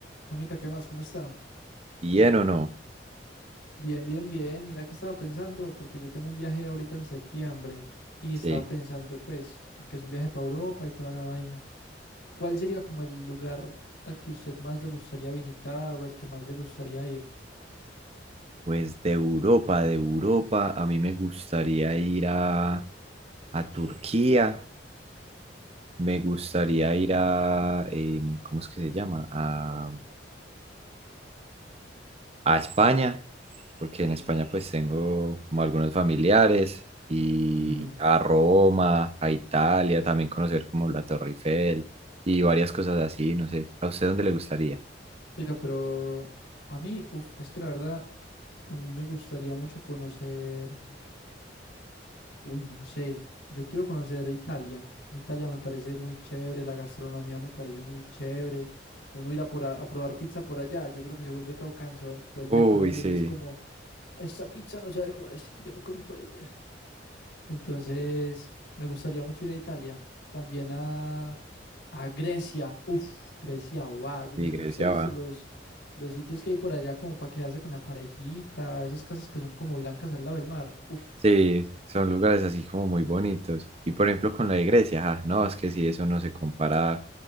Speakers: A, on the left (about 80°); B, on the right (about 35°).
A: Juanmita, ¿qué más? ¿Cómo está?
B: Bien o no.
A: Bien, bien, bien. Mira que estaba pensando, porque yo tengo un viaje ahorita en septiembre y estaba
B: Sí.
A: pensando, pues, porque es un viaje para Europa y toda la vaina. ¿Cuál sería como el lugar al que usted más le gustaría visitar o al que más le gustaría ir?
B: Pues de Europa, de Europa, a mí me gustaría ir a, a Turquía, me gustaría ir a, em, ¿cómo es que se llama? A, a España, porque en España pues tengo como algunos familiares, y
A: Ujú.
B: a Roma, a Italia, también conocer como la Torre Eiffel y varias cosas así, no sé. ¿A usted dónde le gustaría?
A: Oiga, pero a mí, uf, es que la verdad, a mí me gustaría mucho conocer. Uy, no sé. Yo quiero conocer Italia. Mi Italia me parece muy chévere, la gastronomía me parece muy chévere. Uno irá por a, a probar pizza por allá, yo creo que se vuelve todo cansón. Vuelve
B: Uy,
A: a Colombia
B: sí,
A: y es como, esta pizza no sabe como las que yo me comí por allá. Entonces, me gustaría mucho ir a Italia. También a, a Grecia. Uf, Grecia, wow. Yo
B: sí,
A: no sé
B: Grecia
A: si usted ha visto
B: va.
A: los, los sitios que hay por allá como para quedarse con la parejita, esas casas que son como blancas al lado del mar. Uf.
B: Sí, son lugares así como muy bonitos. Y por ejemplo con la iglesia, ah, no, es que si eso no se compara.